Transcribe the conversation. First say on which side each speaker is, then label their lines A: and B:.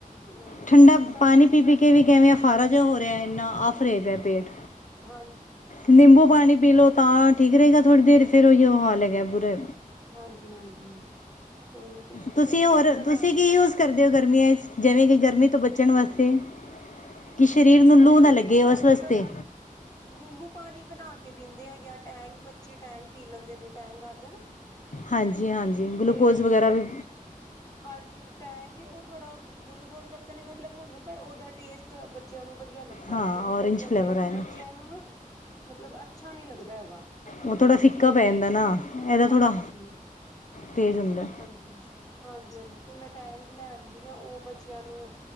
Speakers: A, on the left; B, on the left.
A: ਹੂੰ
B: ਠੰਡਾ
A: ਸਰਦੀ
B: ਪਾਣੀ ਪੀ- ਪੀ ਕੇ ਵੀ ਕਿਵੇਂ ਆ ਫਾਰਾ ਜਿਹਾ ਹੋ ਰਿਹਾ ਇੰਨਾ ਆਫ ਰਹੇ ਪਿਆ ਪੇਟ।
A: ਹਾਂ।
B: ਨਿੰਬੂ ਪਾਣੀ ਪੀ ਲੋ ਤਾਂ ਠੀਕ ਰਹੇਗਾ ਥੋੜ੍ਹੀ ਦੇਰ, ਫੇਿਰ ਉਹੀ ਉਹ ਹਾਲ ਹੈਗਾ ਬੁਰਾ।
A: ਹਾਂਜੀ- ਹਾਂਜੀ ਉਹੀ ਤੇ
B: ਤੁਸੀਂ, ਹੋਰ
A: ਕੁਛ ਬਣਾਣਾ
B: ਤੁਸੀਂ ਕੀ ਯੂਜ ਕਰਦੇ ਹੋ ਗਰਮੀਆਂ ਜਿਵੇਂ ਕਿ ਗਰਮੀ ਤੋਂ ਬਚਣ ਵਾਸਤੇ। ਕਿ ਸਰੀਰ ਨੂੰ ਲੂ
A: ਅਸੀਂ
B: ਨਾ ਲੱਗੇ।
A: ਵੀ ਜ਼ਿਆਦਾਤਰ
B: ਉਸ ਵਾਸਤੇ
A: ਨਿੰਬੂ ਪਾਣੀ ਬਣਾ ਕੇ ਪੀਂਦੇ ਆ। ਜਾਂ ਟੈਂਗ ਬੱਚੇ ਟੈਂਗ ਪੀ ਲੈਂਦੇ ਨੇ, ਟੈਂਗ ਆਉਂਦਾ ਨਾ।
B: ਹਾਂਜੀ- ਹਾਂਜੀ ਗਲੂਕੋਜ
A: ਤੇ
B: ਵਗੈਰਾ
A: ਬੱਚੇ
B: ਵੀ।
A: ਹਾਂਜੀ, ਟੈਂਗ ਉਹ ਥੋੜਾ ਗੁਲੂਕੋਜ਼ ਚੱਕ ਨੀ ਮਤਲਬ ਹੁੰਦਾ। ਪਰ ਉਹਦਾ ਟੇਸਟ ਬੱਚਿਆਂ ਨੂੰ ਵਧੀਆ ਲੱਗਦਾ
B: ਹਾਂ
A: ਹੈ। ਗਲੂਕੋਜ
B: ਔਰੇਂਜ
A: ਦਾ
B: ਫਲੇਵਰ
A: ਟੇਸਟ
B: ਆਇਆ
A: ਬੱਚਿਆਂ ਨੂੰ ਨਾ ਮਤਲਬ ਅੱਛਾ ਨਹੀਂ ਲੱਗਦਾ ਹੈਗਾ।
B: ਉਹ ਥੋੜਾ ਫਿੱਕਾ
A: ਤੇ
B: ਪੈ ਜਾਂਦਾ ਨਾ, ਇਹਦਾ ਥੋੜਾ
A: ਹਾਂਜੀ
B: ਤੇਜ ਹੁੰਦਾ।
A: ਹਾਂਜੀ- ਹਾਂਜੀ ਫਿਰ ਮੈਂ ਟੈਂਗ ਲੈਦੀ ਹਾਂ ਉਹ ਬੱਚਿਆਂ ਨੂੰ